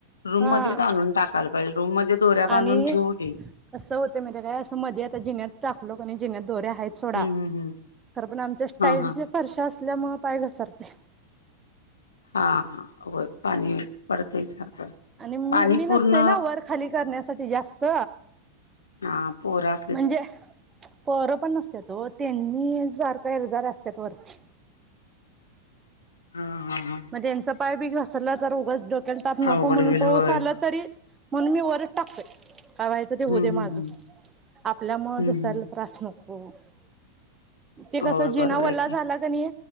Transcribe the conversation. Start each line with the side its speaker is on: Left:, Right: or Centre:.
Left: रूम
Right: हा
Left: मध्येच आणून टाकायला पाहिजे रूम मध्ये दोऱ्या बांधून
Right: आणि
Left: ठेवू दे
Right: कसं होतं माहिती आहे काय असं मध्ये आता जिण्यात टाकलो जिण्यात दोरे आहेत सोडा
Left: हम्म हम्म हम्म
Right: खरं पण आमच्या स्टाईलचे
Left: हा हा
Right: फर्शा असल्या मुळं पाय घसरते
Left: हा हा होय पाणी पडतंय सारखं
Right: आणि मी
Left: पाणी
Right: मी
Left: पूर्ण
Right: नसतोय ना वर खाली करण्यासाठी जास्त
Left: हा पोरं अस
Right: म्हणजे पोरं पण नसत्यात हो त्यांनी सारखं येरझाऱ्या असत्यात वरती
Left: हा हा हा
Right: त्यांच पाय बी घसरलं तर उगाच डोक्याला ताप नको
Left: अवघड
Right: म्हणून
Left: होईल
Right: पाऊस
Left: होय
Right: आला तरी म्हणूनच मी वरच टाकतोय काय व्हायच
Left: हम्म
Right: ते होऊ दे
Left: हम्म
Right: माझं
Left: हम्म
Right: आपल्यामुळं
Left: हम्म
Right: दुसऱ्याला
Left: हम्म
Right: त्रास नको हो हो ते
Left: होय
Right: कसं जिना
Left: बरोबर
Right: वल्ला
Left: आहे की
Right: झाला नाही